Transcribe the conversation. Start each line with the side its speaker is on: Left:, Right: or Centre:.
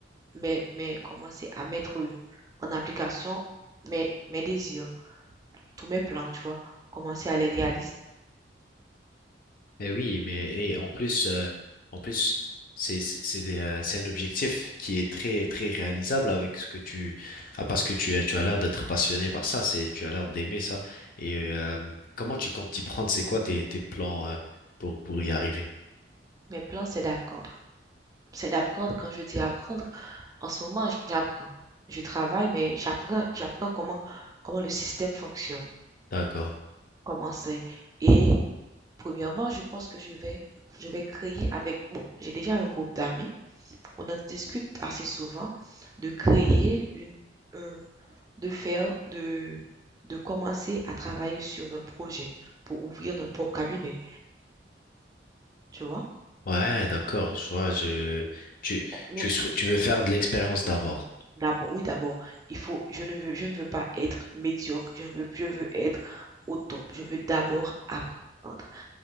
Right: mais, mais commencer à mettre en application mes, mes désirs, tous mes plans, tu vois, commencer à les réaliser.
Left: Mais oui, mais et en plus, euh, en plus, c'est c'est c'est des, euh, c'est un objectif qui est très très réalisable avec ce que tu ah, parce que tu as tu as l'air d'être passionné par ça, c'est tu as l'air d'aimer ça. Et euh, comment tu comptes t'y prendre? C'est quoi tes tes plans euh, pour pour y arriver?
Right: Mes plans, c'est d'apprendre. C'est d'apprendre. Quand je dis apprendre, en ce moment, j'apprends. Je travaille, mais j'apprends, j'apprends comment, comment le système fonctionne.
Left: D'accord.
Right: commencer et premièrement, je pense que je vais je vais créer avec bon, j'ai déjà un groupe d'amis, on en discute assez souvent de créer une un de faire de de commencer à travailler sur notre projet pour ouvrir notre propre cabinet, tu vois?
Left: Ouais, d'accord, je vois, je, tu,
Right: Nous
Left: tu, sou- tu veux faire de l'expérience d'abord.
Right: d'abord oui, d'abord, il faut je ne veux je ne veux pas être médiocre, je ne veux je veux être au top, je veux d'abord apprendre.